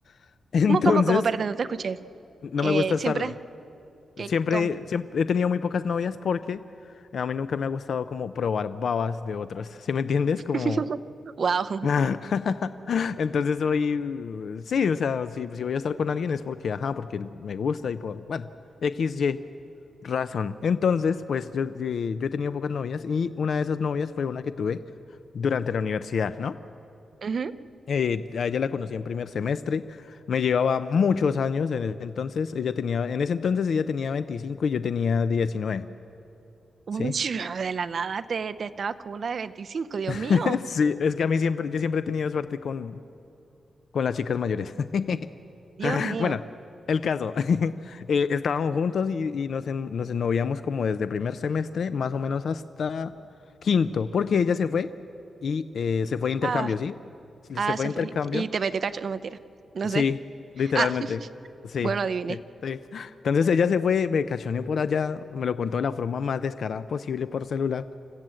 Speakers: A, on the left (about 60°); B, on the right (about 45°).
A: <laughs> Entonces,
B: ¿Cómo, cómo, cómo? Perdón, no te escuché.
A: no
B: Eh,
A: me gusta estar,
B: siempre, que
A: siempre,
B: cómo
A: siempre he tenido muy pocas novias porque a mí nunca me ha gustado como probar babas de otros, ¿sí me entiendes?
B: <laughs>
A: Como...
B: Wow.
A: <laughs> Entonces soy, sí, o sea, si, si voy a estar con alguien es porque, ajá, porque me gusta y por, bueno, X, Y razón. Entonces, pues yo, eh, yo he tenido pocas novias y una de esas novias fue una que tuve durante la universidad, ¿no?
B: Ujú.
A: Eh, a ella la conocí en primer semestre, me llevaba muchos años en ese entonces, ella tenía, en ese entonces ella tenía 25 y yo tenía 19
B: Uy,
A: ¿sí?
B: de la nada te, te estabas con una de veinticinco Dios
A: <laughs>
B: mío.
A: Sí, es que a mí siempre, yo siempre he tenido suerte con, con las chicas mayores. <laughs>
B: Dios mío.
A: Bueno, el caso. <laughs> eh, estábamos juntos y, y nos, en- nos ennoviamos como desde primer semestre, más o menos hasta quinto, porque ella se fue y eh, se fue de intercambio,
B: Ah,
A: ¿sí? Se
B: ah,
A: se fue
B: se
A: de
B: fue.
A: intercambio.
B: Y te metió cacho. No, mentira. No sé.
A: Sí, literalmente.
B: Ah, <laughs>
A: Sí,
B: bueno, adiviné.
A: sí, sí. Entonces ella se fue, me cachoneó por allá, me lo contó de la forma más descarada posible por celular.